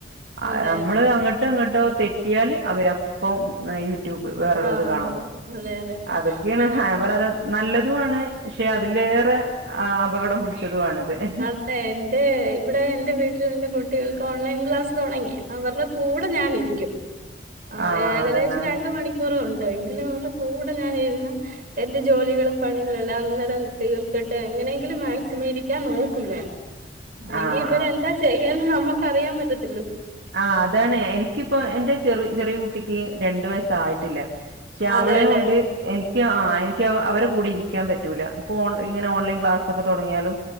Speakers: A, on the right; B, on the right.
A: ആഹ്
B: അതെ
A: നമ്മള്
B: അതെ
A: അങ്ങട്ട് ഇങ്ങട്ടോ തെറ്റിയാൽ അവരപ്പം ന് ട്യൂബ് വേറെള്ളത്
B: ആഹ്
A: കാണാൻ നിക്കും
B: അതെ അതെ
A: അതൊക്കേണ്
B: ആഹ്
A: <unintelligible> നല്ലതുആണ് പക്ഷെ അതിലേറെ ആ, അപകടം പിടിച്ചതുമാണിത് ആഹ്
B: അതെ എന്റെ ഇവിടെ എന്റെ വീട്ടില് എന്റെ കുട്ടികൾക്ക് ഓൺലൈൻ ക്ലാസ്സ് തുടങ്ങിയ അവർറെ കൂടെ ഞാനിരിക്കും ആ
A: ആഹ്
B: ഏകദേശം
A: അതന്നെ
B: രണ്ടു മണിക്കൂർ <unintelligible> ണ്ട് എങ്കിലും അവർടെ കൂടെ ഞാനിരിന്ന് എന്റെ ജോലികളും പണികളെല്ലാം അന്നേരം തീർത്തിട്ട് എങ്ങനെങ്കി ലും മാക്സിമരിക്കാൻ നോക്കുനാൻ ഇല്ലെങ്കി
A: ആഹ്
B: ഇവരെ എന്താ ചെയ്യൻ നമ്മക് അറിയൻ പറ്റത്
A: ആ അതാണ് എനിക്കിപ്പോ എന്റെ ചെറി ചെറിയ കുട്ടിക്ക് രണ്ടു വയസ്സ് ആയിട്ടില്ല പക്ഷെ
B: അതെല്ലേ
A: അവളേം കൊണ്ട് എനി ക് ആ എനിക്ക് അവ അവരെ കൂടി ഇരിക്കാ പറ്റൂല ഇപ്പൊ ഓൺ ഇങ്ങനെ ഓൺലൈൻ ക്ലാസ്സൊക്കെ തൊട്ങ്ങിയാലും